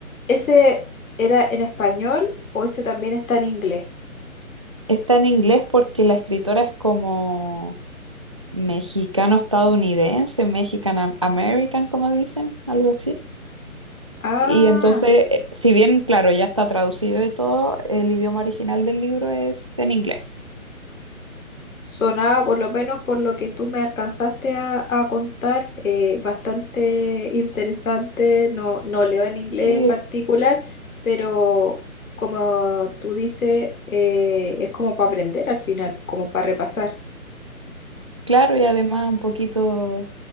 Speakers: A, on the left; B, on the right.
A: ¿Ese era en español o ese también está en inglés?
B: Está en inglés porque la escritora es como mexicano-estadounidense, mexican-american, como dicen, algo así.
A: Ah,
B: Y entonces, eh, si bien, claro, ya está traducido y todo, el idioma original del libro es en inglés.
A: sonaba por lo menos por lo que tú me alcanzaste a, a contar, eh, bastante interesante. No, no leo en inglés
B: Sí,
A: en particular,
B: es
A: pero como tú dices, eh, es como para aprender al final, como para repasar.
B: claro, y además un poquito